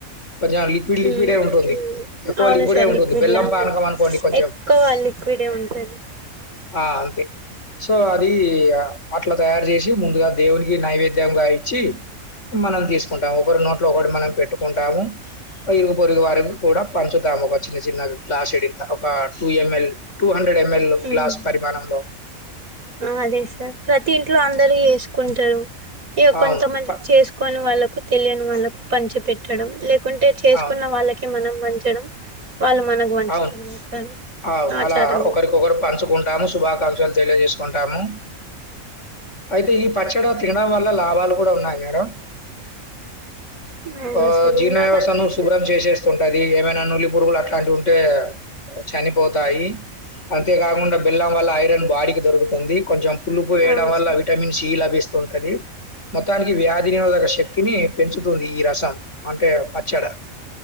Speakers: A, on the left; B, on the right.
A: కొంచెం లిక్విడ్ లిక్విడే
B: ఊ
A: ఉంటుంది.
B: ఊ
A: ఎక్కువ
B: అవును
A: లిక్విడే
B: సార్.
A: ఉంటుంది.
B: లిక్విడ్
A: బెల్లం
B: లానే
A: పానకం అనుకోండి కొంచెం
B: ఎక్కువ లిక్విడే ఉంటది.
A: ఆ అంతే సో అది ఇగ అట్లా తయారు చేసి ముందుగా దేవునికి నైవేద్యంగా ఇచ్చి మనం తీసుక్. కుంటాము. ఒకరి నోట్లో ఒకటి మనం పెట్టుకుంటాము. ఇరుగు పొరుగు వారిని కూడా పంచుతాము ఒక చిన్న చిన్న గ్లాసుదింత ఒక two ML two hundred ML లు
B: ఉమ్
A: గ్లాస్ పరిమాణం లో.
B: ఆ అదే సార్ ప్రతి ఇంట్లో అందరు చెసుకుంటారు ఇక కొంతమంది
A: అవును. ప
B: చేసుకోని వాళ్ళకు తెలియని వాళ్ళకు పంచి పెట్టడం లేకుంటే చేసుకున్న
A: అవును.
B: వాళ్ళకే మనం పంచడం వాళ్ళు మనకు పంచుతారు
A: అవును
B: కదా సార్
A: ఔ
B: ఆచారంగా
A: అలా ఒకరికొకరు పంచుకుంటాము శుభాకాంక్షలు తెలియజేసుకుంటాము అయితే ఈ పచ్చడ తినడం వల్ల లాభాలు కూడా ఉన్నాయి మేడం
B: అవునా
A: ఆ
B: సార్
A: జీర్ణ
B: ఏం లాభాలు
A: వ్యవస్థను
B: ఉన్నాయి
A: శుభ్రం
B: సార్
A: చేసేస్తు అది ఏమనా నుల్లి పురుగుల టే చనిక్ పోతాయి అంతేకాకుండా బెల్లం వల్ల ఐరన్ బాడికి దొరుకు ఉంది కొంచెం పులుపు వేయడం
B: అవును
A: వల్ల
B: సార్
A: విటమిన్ సి లభిస్తు ఉంటది మొత్తానికి వ్యాధి నిరోధక శక్తిని పెంచుతుంది ఈ రస అంటే పచ్చడ